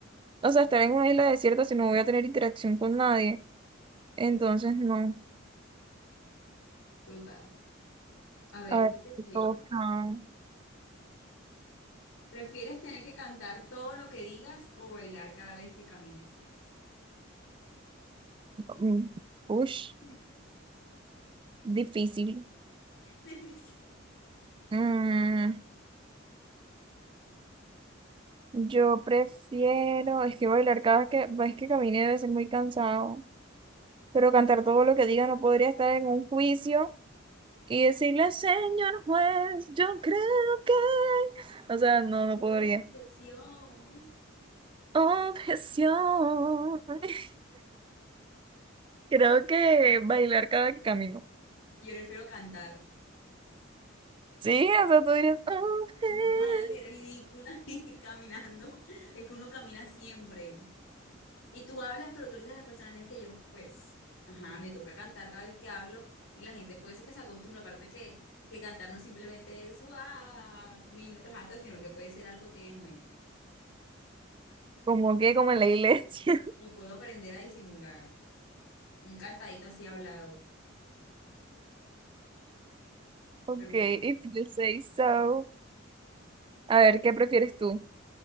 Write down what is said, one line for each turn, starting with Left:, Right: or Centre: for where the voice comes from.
Right: O sea, estar en una isla desierta si no voy a tener interacción con nadie. Entonces, no.
Left: Total. A ver,
Right: A ver,
Left: ¿qué prefieres?
Right: ¿qué toca?
Left: ¿Prefieres tener que cantar todo lo que digas o bailar cada vez que camines?
Right: Mm, Ush,
Left: <laughs>
Right: difícil.
Left: Difícil.
Right: Mm, yo prefiero, es que bailar cada que, es que camine debe ser muy cansado. Pero cantar todo lo que diga no podría estar en un juicio y decirle, señor juez, yo creo que... O sea, no, no
Left: Oh,
Right: podría.
Left: objeción.
Right: Objeción. <laughs> Creo que bailar cada que camino.
Left: Yo prefiero cantar.
Right: Sí, o sea, tú dirías, objeción.
Left: No, imagínate qué ridícula <laughs> y caminando. Es que uno camina siempre. Y tú hablas, pero tú le dices a las personas, es que yo, pues, ajá, me toca cantar cada vez que hablo y la gente puede ser que se acostumbre, aparte que, que cantar no simplemente es, ah, mis notas altas, sino que puede ser algo tenue.
Right: Como que, como en la iglesia. <laughs>
Left: Lo puedo aprender a disimular, un cantadito así hablado,
Right: Ok,
Left: pero bueno.
Right: if you say so. A ver, ¿qué prefieres tú?